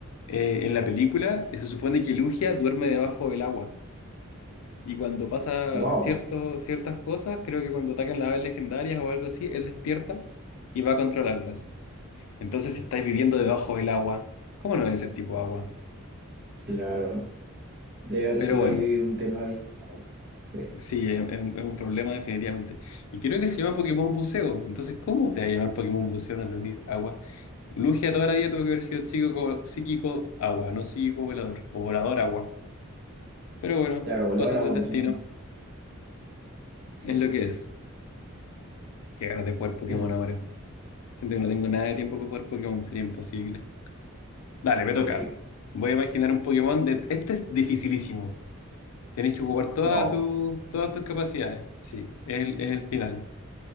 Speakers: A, on the left; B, on the right.
A: Eh, en la película eh, se supone que Lugia duerme debajo del agua. Y cuando pasa
B: Wow,
A: cierto, ciertas cosas, creo que cuando atacan las aves legendarias o algo así, él despierta y va a controlarlas. Entonces estáis viviendo debajo del agua. ¿Cómo no es ese tipo de agua?
B: claro. Debe haber
A: Pero
B: sido
A: bueno,
B: ahí un tema bien claro. Sí,
A: sí, es, es un es un problema definitivamente. Y creo que se llama Pokémon Buceo. Entonces, ¿cómo te va a llamar Pokémon Buceo no tener agua? Lugia toda la vida tuvo que haber sido psíquico, psíquico agua, no psíquico volador, o volador agua. Pero bueno,
B: claro, volador
A: cosas
B: agua
A: del
B: me
A: destino,
B: suena. Sí.
A: es lo que es. Qué ganas de jugar Pokémon
B: Es lo-
A: ahora. Siento que no tengo nada de tiempo para jugar Pokémon, sería imposible. Dale,
B: Sí.
A: me toca. Voy a imaginar un Pokémon de... Este es dificilísimo. Tenés que jugar todas
B: No.
A: tu- todas tus capacidades. Sí, es el, es el final.